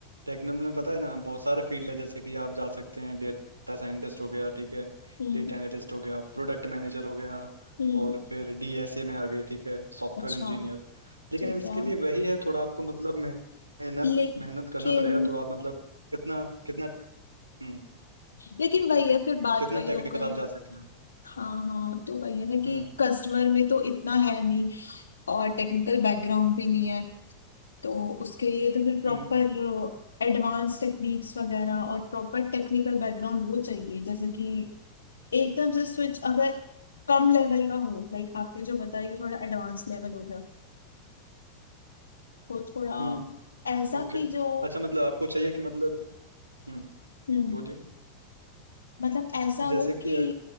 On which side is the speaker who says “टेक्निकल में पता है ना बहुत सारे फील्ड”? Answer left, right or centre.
Right